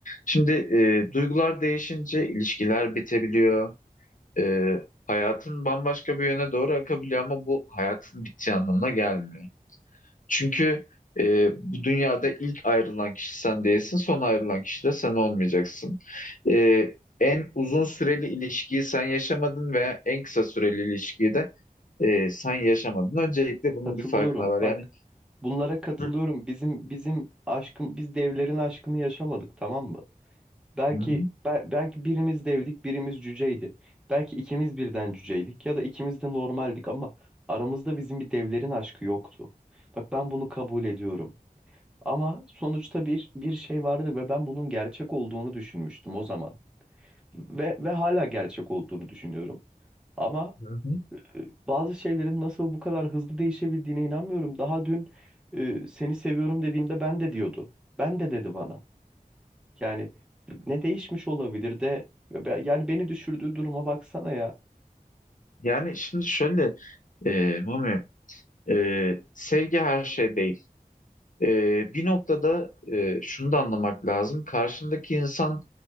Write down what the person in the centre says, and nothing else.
Katılıyorum.
Bak
Bunlara katılıyorum.
Bizim bizim aşkın biz devlerin aşkını yaşamadık tamam mı? Belki
bel- belki birimiz devdik, birimiz cüceydi. Belki ikimiz birden cüceydik ya da ikimiz de normaldik ama aramızda bizim bir devlerin aşkı yoktu. Bak ben bunu kabul ediyorum. Ama sonuçta bir bir şey vardı ve ben bunun gerçek olduğunu düşünmüştüm o zaman. Ve ve hala gerçek olduğunu düşünüyorum. Ama
bazı şeylerin nasıl bu kadar hızlı değişebildiğine inanmıyorum. Daha dün e, seni seviyorum dediğimde ben de diyordu. Ben de dedi bana. Yani ne değişmiş olabilir de be- yani beni düşürdüğü duruma baksana ya.